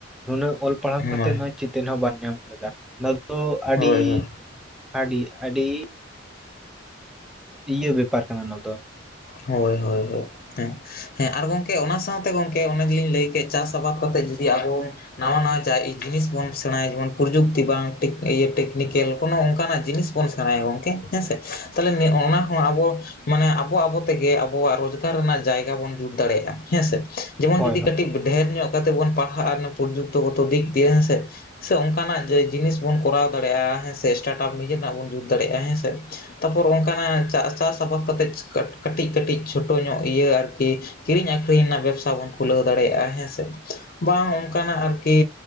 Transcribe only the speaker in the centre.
ᱱᱩᱱᱟᱹᱜ ᱚᱞ ᱯᱟᱲᱦᱟᱣ
ᱠᱟᱛᱮ ᱱᱚᱜᱚᱭ ᱪᱮᱛᱮᱱ ᱦᱚᱸ ᱵᱟᱧ ᱧᱟᱢ ᱞᱮᱫᱟ ᱱᱚᱣᱟ ᱫᱚ ᱟᱹᱰᱤ
ᱟᱰᱤ ᱟᱰᱤ ᱤᱭᱟᱹ ᱵᱮᱯᱟᱨ ᱠᱟᱱᱟ ᱱᱚᱣᱟ ᱫᱚ ᱾
ᱦᱳᱭ